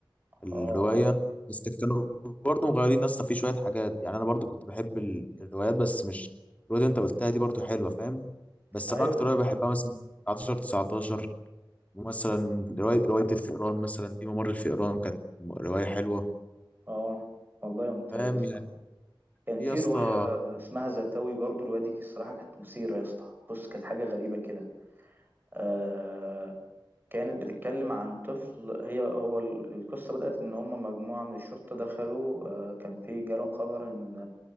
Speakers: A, on the right; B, on the left.
A: اه
B: الرواية
A: اه
B: بس كانوا برضه مغيرين اصلا في شوية حاجات يعني انا برضه كنت بحب ال- الروايات بس مش الرواية اللي انت قلتها دي برضه حلوة فاهم بس
A: ايوه
B: انا اكتر رواية بحبها مثلا 19 19 مثلا رواية رواية الفئران مثلا في ممر الفئران كانت م- رواية حلوة
A: اه والله ممتاز
B: فاهم
A: يا اسطى
B: يعني
A: كان
B: في
A: في
B: يا اسطى
A: رواية اسمها زتاوي برضو الرواية دي الصراحة كانت مثيرة يا اسطى بص كانت حاجة غريبة كده آه كانت بتتكلم عن طفل هي هو ال- القصة بدأت إن هم مجموعة من الشرطة دخلوا آه كان في جالهم خبر إن